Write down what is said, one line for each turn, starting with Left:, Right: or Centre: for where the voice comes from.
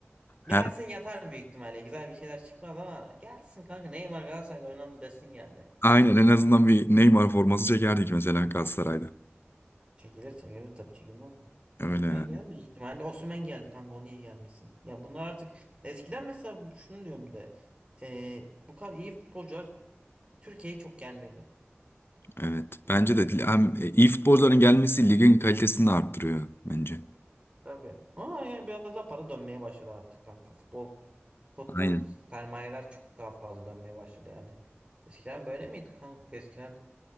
Right: Gelsin
Left: Her
Right: yatar büyük ihtimalle. Güzel bir şeyler çıkmaz ama gelsin kanka. Neymar Galatasaray'da oynandı desin geldi.
Left: Aynen en azından bir Neymar forması çekerdik mesela Galatasaray'da.
Right: Çekilir çekilir tabii çekilmez mi?
Left: Öyle yani.
Right: Yani gelme ihtimalle Osimhen geldi kanka o niye gelmesin? Ya bunlar artık eskiden mesela şunu diyorum bir de Ee, bu kadar iyi futbolcular Türkiye'ye çok gelmiyordu.
Left: Evet. Bence de hem iyi futbolcuların gelmesi ligin kalitesini de arttırıyor bence.
Right: Tabii. Ama yani biraz daha para dönmeye başladı artık kanka. Futbol futbol
Left: Aynen.
Right: sermayeler çok daha fazla dönmeye başladı yani. Eskiden böyle miydi kanka? Eskiden